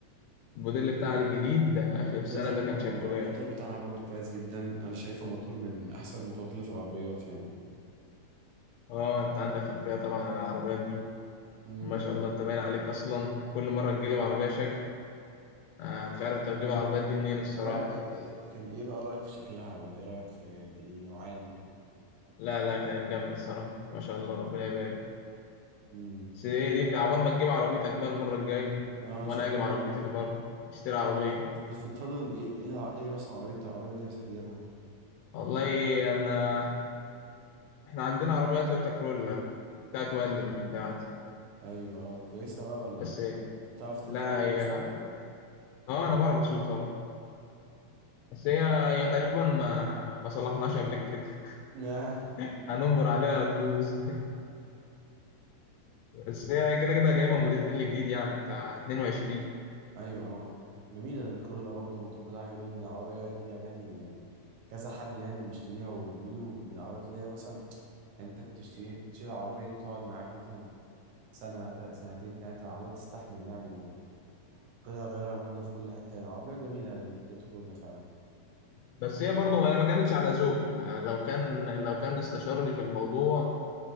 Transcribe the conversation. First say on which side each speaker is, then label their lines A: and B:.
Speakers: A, on the left; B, on the right.
A: الموديل بتاعها
B: كده
A: الجديد ده آخر
B: الجديد
A: سنة
B: بتاع
A: ده
B: جديد
A: كان
B: والموتور
A: شكله جامد
B: بتاعها برضو كويس جدا انا شايفه موتور من احسن الموتورات اللي في العربيات يعني
A: اه انت عندك خلفية طبعا عن العربيات دي
B: امم
A: ما شاء الله انت باين عليك اصلا كل مرة تجيب عربية شكل آه مش عارف انت بتجيب العربيات دي منين الصراحة
B: بقى إيه- كان ايه بقى رايك في شكلها ولا ايه رايك في النوعيه دي
A: لا لا كانت جامدة الصراحة ما شاء الله ربنا يبارك
B: امم
A: بس ايه دي بقى، عقبال ما تجيب عربيتك بقى المرة الجاية
B: اه ان
A: وانا
B: شاء
A: اجيب
B: الله
A: عربيتي
B: بقى
A: برضه اشتري عربية
B: اه انت بت- بت- بتفضل ايه ايه الع- إيه مثلا عربيه العربيه اللي انت نفسك تجيبها
A: والله انا احنا عندنا عربية تويوتا كرولا بتاعت والدي مش بتاعتي
B: ايوه اه كويسه بقى ولا
A: بس
B: بتحب
A: إيه،
B: تعرف تركبها
A: لا هي
B: وتسوقها
A: اه انا بعرف اسوق طبعا بس هي هي تقريبا ما ما صلحناش قبل كده
B: <laughs> آه.
A: <laughs> هننبر عليها تبوظ <laughs> بس هي كده كده جايبة موديل جديد يعني بتاع 22
B: ايوه اه جميله الكرولا برضو الموتور بتاعها حلو جدا العربيه دي ياباني وكذا حد يعني بيشتريها وبيقولوا من العربيات اللي هي مثلا انت بتشتري تشتري العربيه دي تقعد معاك مثلا سنه ت- سنتين ثلاثه العربيه بتستحمل يعني والقطع غيارها موجوده في كل حته يعني عربيه جميله التويوتا كرولا فعلا
A: بس هي برضه هي ما كانتش على ذوقي ما- لو كان لو كان استشارني في الموضوع